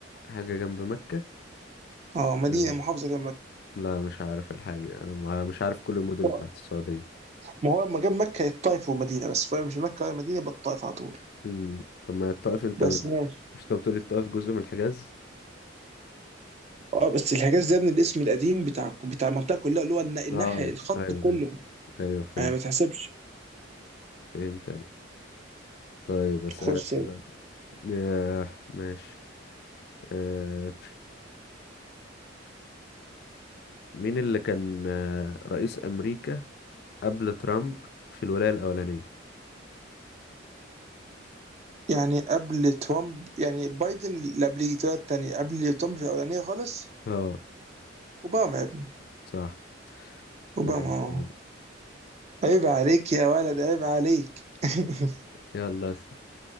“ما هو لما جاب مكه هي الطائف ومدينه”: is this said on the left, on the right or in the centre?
Right